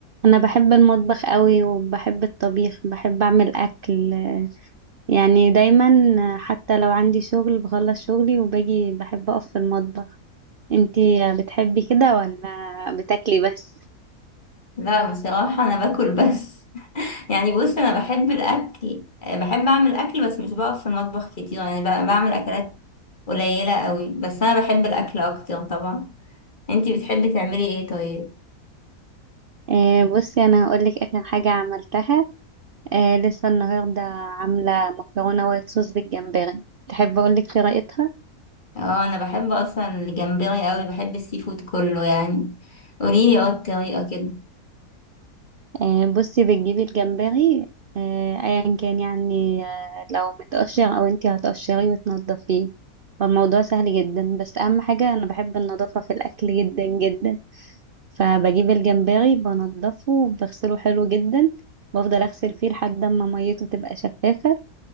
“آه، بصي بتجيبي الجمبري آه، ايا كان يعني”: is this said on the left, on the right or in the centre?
Right